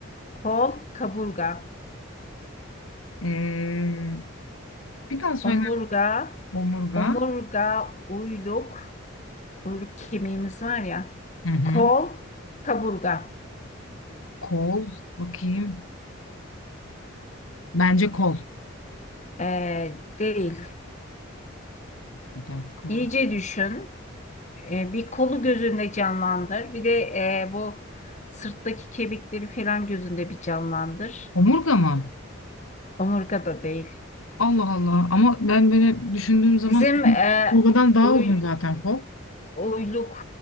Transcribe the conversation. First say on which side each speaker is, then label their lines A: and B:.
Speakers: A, on the left (about 35°); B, on the left (about 85°).
A: kol, kaburga.
B: Ee, bir daha söyle.
A: Omurga,
B: Omurga.
A: omurga, uyluk, uyluk kemiğimiz var ya.
B: Hı hı.
A: Kol, kaburga.
B: Kol. Bakayım. Bence kol.
A: Ee, değil.
B: Bir dakika.
A: İyice düşün. E, bir kolu gözünde canlandır. Bir de e, bu sırttaki kemikleri falan gözünde bir canlandır.
B: Omurga mı?
A: Omurga da değil.
B: Allah Allah. Ama ben böyle düşündüğüm zaman
A: Bizim e,
B: omurgadan daha
A: uy-
B: uzun zaten kol.
A: uyluk,